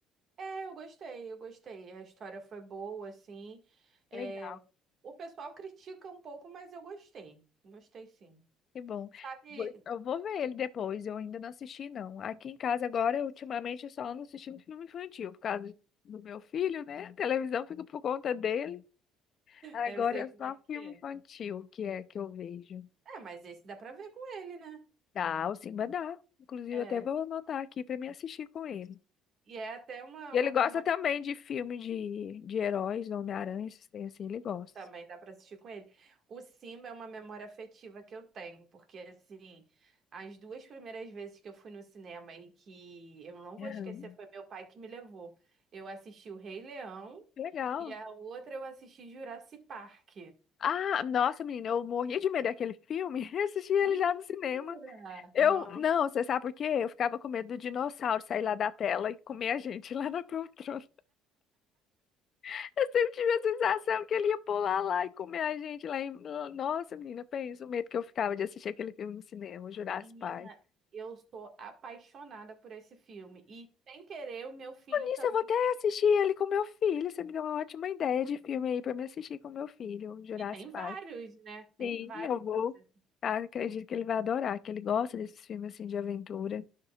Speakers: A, on the right; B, on the left.
A: É, eu gostei, eu gostei. A história foi boa, assim. É,
B: Legal,
A: o pessoal critica um pouco, mas eu gostei. Gostei, sim.
B: que bom.
A: Sabe?
B: Vou- Eu vou ver ele depois. Eu ainda não assisti, não. Aqui em casa agora, eu, ultimamente, eu só ando assistindo filme infantil por causa do meu filho, né? A televisão fica por conta dele. Agora
A: É, Eu sei
B: é
A: como
B: só
A: é que
B: filme
A: é.
B: infantil que é que eu vejo.
A: É, mas esse dá pra ver com ele, né?
B: Dá, o Simba dá. Inclusive,
A: É.
B: eu até vou anotar aqui pra me assistir com ele.
A: E é até uma,
B: E
A: uma
B: ele gosta
A: memória
B: também de filme de, de heróis, do Homem-Aranha, esses tem assim, ele gosta.
A: também, dá pra assistir com ele. O Simba é uma memória afetiva que eu tenho, porque assim, as duas primeiras vezes que eu fui no cinema e que eu não vou
B: Aham.
A: esquecer, foi meu pai que me levou. Eu assisti o Rei Leão
B: Que Legal.
A: e a outra eu assisti Jurassic Park.
B: Ah, nossa, menina, eu morria de medo daquele filme. <laughs> Eu assisti ele
A: Mentira!
B: já no cinema. Eu,
A: No-
B: não, você sabe por quê? Eu ficava com medo do dinossauro sair lá da tela e comer a gente lá na poltrona. <laughs> Eu sempre tive a sensação que ele ia pular lá e comer a gente lá em... Nossa, menina, pensa o medo que eu ficava de assistir aquele filme no cinema, Jurassic
A: Menina,
B: Park.
A: eu sou apaixonada por esse filme. E, sem querer, o meu filho também
B: Isso, eu vou até
A: criou.
B: assistir ele com meu filho. Você me deu uma ótima ideia de filme aí pra me assistir com meu filho, um Jurassic
A: E tem vários,
B: Park.
A: né? Tem
B: Sim,
A: vários
B: eu vou.
A: pra você.
B: Ah, acredito que ele vai adorar, que ele gosta desses filmes assim de aventura.